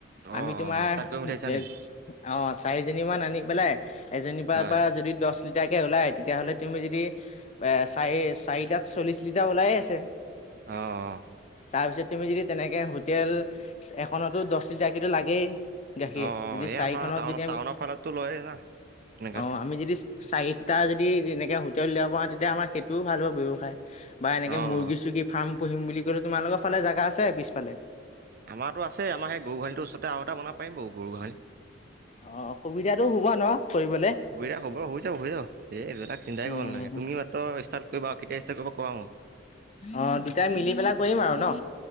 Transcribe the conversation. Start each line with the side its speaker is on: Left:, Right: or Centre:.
Right: অঁ
Left: আমি তোমাৰ
Right: অঁ ষ্টাৰ্ট কৰিম বুলি
Left: অ'
Right: ভাবিছা নেকি
Left: চাৰিজনী মান আনি পেলাই এজনীৰ পৰা
Right: হয়
Left: পৰা যদি দহ লিটাৰাকে ওলায় তেতিয়াহ'লে তুমি যদি চাৰি চাৰিটাত চল্লিছ লিটাৰ ওলাইে আছে।
Right: অ' অ'।
Left: তাৰপিছত তুমি যদি তেনেকে হোটেল এখনতো দহ লিটাৰকেটো লাগেই গাখীৰ
Right: অঁ অঁ
Left: যদি
Right: এই
Left: চাৰিখনত
Right: আমাৰ টাউনত
Left: যদি আমি
Right: টাউনৰ ফালতো লয়েই না এনেকৈ
Left: অ' আমি যদি চাৰিটা যদি এনেকে হোটেলত উলিয়াব পাওঁ তেতিয়া আমাৰ সেইটোও ভাল হব ব্যৱসায়। বা এনেকে
Right: অঁ
Left: মুৰ্গী
Right: অঁ
Left: চৰ্গী ফাৰ্ম পুহিম বুলি কলে, তোমালোকৰ ফালে জেগা আছে পিছফালে?
Right: আমাৰটো আছে আমাৰ সেই গৰু গোহালিটো ওচৰতে আৰু এটা বনাব পাৰি বাৰু গৰু গোহালি।
Left: অ' সুবিধাটো হব ন কৰিবলে?
Right: সুবিধা হব হৈ যাব হৈ যাব এইবিলাক চিন্তাই
Left: উম
Right: কৰিব নালাগে। তুমি মাত্ৰ ষ্টাৰ্ট কৰিব আৰু কেতিয়া ষ্টাৰ্ট কৰিবা কবা মোক।
Left: অ' দুটাই মিলি পেলাই কৰিম আৰু ন?